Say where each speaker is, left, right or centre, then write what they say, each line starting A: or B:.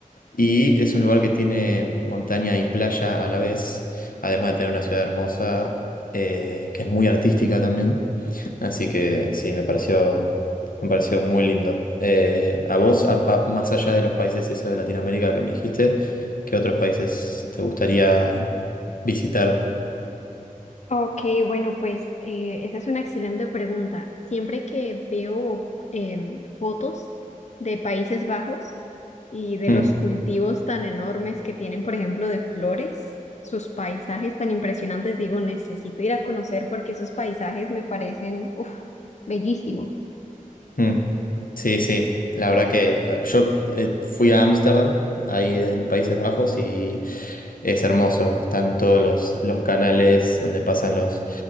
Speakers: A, on the left; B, on the left.
A: Y es un lugar que tiene montaña y playa a la vez, además de tener una ciudad hermosa, eh, que es muy artística también. Así que sí, me pareció, me pareció muy lindo. Eh, a vos, a pa- más allá de los países esos de Latinoamérica que me dijiste, ¿qué otros países te gustaría visitar?
B: Ok, bueno, pues eh, esa es una excelente pregunta. Siempre que veo em, fotos de Países Bajos y de
A: Mm.
B: los cultivos tan enormes que tienen, por ejemplo, de flores, sus paisajes tan impresionantes, digo, necesito ir a conocer porque esos paisajes me parecen, uf, bellísimos.
A: Mm. Sí, sí, la verdad que eh, yo eh, fui a Ámsterdam, ahí en Países Bajos, y es hermoso. Están todos los, los canales donde pasan los,